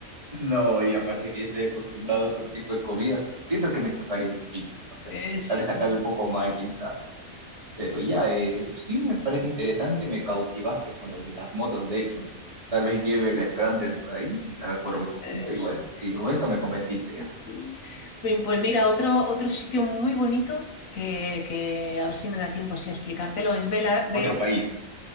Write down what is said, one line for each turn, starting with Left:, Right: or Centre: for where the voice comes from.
Right: No, y aparte que yo estoy acostumbrado a otro tipo de comidas, siento que me chocaría un poquito, no sé.
Left: Eh, sí,
Right: Tal vez acabe un poco mal, quizás Pero ya, eh, sí me parece interesante, me cautivaste con los de las motos, de hecho. Tal vez lleve el Scrambler por ahí, le saca correr un poquito
Left: eh,
Right: y
Left: sí,
Right: bueno, sí, con
Left: sí,
Right: eso me convenciste ya.
Left: sí. Pues, pues mira, otro, otro sitio muy bonito que, que a ver si me da tiempo así a explicártelo es Bela- Belice,
Right: Otro país.